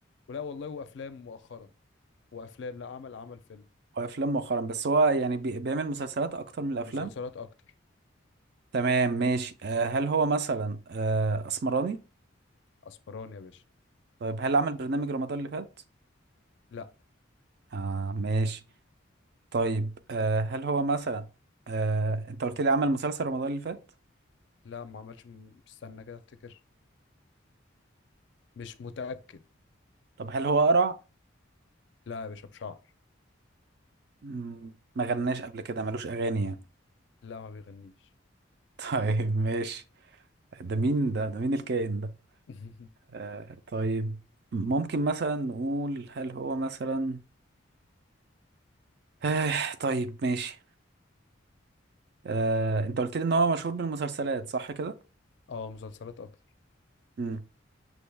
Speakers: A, on the left (about 60°); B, on the right (about 55°).
A: ولا والله وافلام مؤخرا وافلام لا عمل عمل فيلم
B: وأفلام مؤخرا بس هو يعني بي- بيعمل مسلسلات أكتر من الأفلام
A: مسلسلات اكتر
B: تمام ماشي آه هل هو مثلا آه أسمراني
A: اسبراني يا باشا
B: طيب هل عمل برنامج رمضان اللي فات
A: لا
B: آه ماشي طيب آه هل هو مثلا آه أنت قلت لي عمل مسلسل رمضان اللي فات
A: لا ما عملش م- استنى كده افتكر مش متأكد
B: طب هل هو قرع
A: لا يا باشا بشعر
B: مم، ما غناش قبل كده ملوش أغاني يعني
A: لا ما بيغنيش
B: <laughs> طيب ماشي ده مين ده ده مين الكائن ده
A: <laughs>
B: آه طيب ممكن مثلا نقول هل هو مثلا آه طيب ماشي آه انت قلت لي ان هو مشهور بالمسلسلات صح كده
A: اه مسلسلات اكتر
B: امم